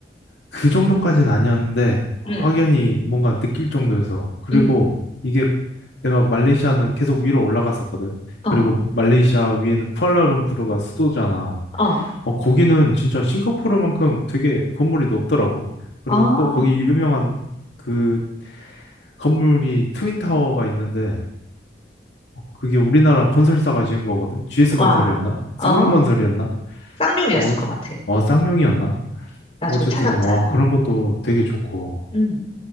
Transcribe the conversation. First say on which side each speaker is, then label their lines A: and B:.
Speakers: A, on the left (about 80°); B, on the left (about 35°).
A: 그 정도까지는 아니었는데, 확연히
B: 응,
A: 뭔가 느낄 정도여서. 그리고
B: 응,
A: 이게 내가 말레이시아는 계속 위로 올라갔었거든.
B: 어,
A: 그리고 말레이시아 위에는 쿠알라룸푸르가 수도잖아.
B: 어,
A: 어, 거기는 진짜 싱가포르만큼 되게 건물이 높더라고. 그리고
B: 어,
A: 또 거기 유명한 그 건물이 트윈타워가 있는데, 어, 그게 우리나라 건설사가 지은 거거든. GS
B: 와,
A: 건설이었나?
B: 어,
A: 쌍용 건설이었나?
B: 쌍용이었을
A: 어,
B: 것
A: 저-
B: 같아.
A: 어, 쌍용이었나?
B: 어. 나중에
A: 어쨌든
B: 찾아보자.
A: 어 그런
B: 어.
A: 것도 되게 좋고
B: 응,